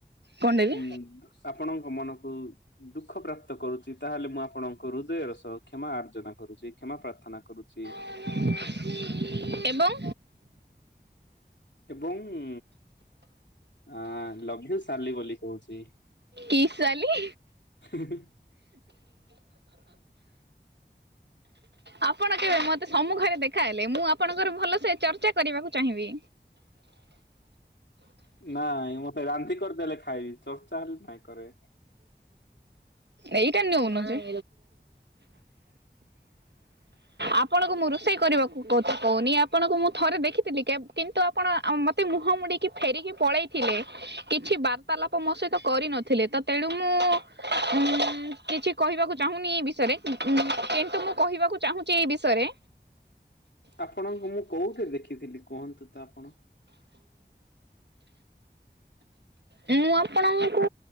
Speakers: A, on the right (about 75°); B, on the left (about 85°).
A: କଣ ଦେବି
B: ଉଁ ଆପଣଙ୍କ ମନକୁ ଦୁଖପ୍ରାପ୍ତ କରୁଚି ତାହେଲେ ମୁଁ ଆପଣଙ୍କ ହୃଦୟର ସହ କ୍ଷମା ଆର୍ଜନା କରୁଚି କ୍ଷମା ପ୍ରାର୍ ଥନା କରୁଚି।
A: <unintelligible> ଏବଂ
B: ଏବଂ ଉଁ ଆଁ ଲଭ ୟୁ ସାଲି ବୋଲି କୋହୁଚି।
A: କି ସାଲି?
B: ହିଁ ହିଁ ହିଁ।
A: ଆପଣ କେବେ ମତେ ସମ୍ମୁଖରେ ଦେଖାହେଲେ ମୁଁ ଆପଣଙ୍କର ଭଲସେ ଚର୍ଚ୍ଚା କରିବାକୁ ଚାହିଁବି।
B: ନାଇଁ ମତେ ରାନ୍ଧି କରଦେଲେ ଖାଇବି ଚର୍ଚ୍ଚା ହେଲେ ନାଇଁ କରେ।
A: ଏଇଟା ନୋଉନ ଯେ। ଆପଣଙ୍କୁ ମୁଁ ରୋଷେଇ କରିବାକୁ କତ୍ କୋହୁନି ଆପଣଙ୍କୁ ମୁଁ ଥରେ ଦେଖିଥିଲି କେବ୍ କିନ୍ତୁ ଆପଣ ଆ ମ ତେ ମୁହଁ ମୋଡିକି ଫେରିକି ପଳେଇଥିଲେ କିଛି ବାର୍ତ୍ତାଲାପ ମୋ ସହିି ତ କରିନଥିଲେ ତ ତେଣୁ ମୁଁ ଉଁ କିଛି କହିବାକୁ ଚାହୁଁନି ଇ ବିଷୟରେ ଉଁ କିନ୍ତୁ ମୁଁ କହିବାକୁ ଚାହୁଁଚି ଏଇ ବିଷୟରେ
B: ଆପଣଙ୍କୁ ମୁଁ କୋଉଠି ଦେଖିଥିଲି କୁହନ୍ତୁ ତ ଆପଣ?
A: ମୁଁ ଆପଣଙ୍କୁ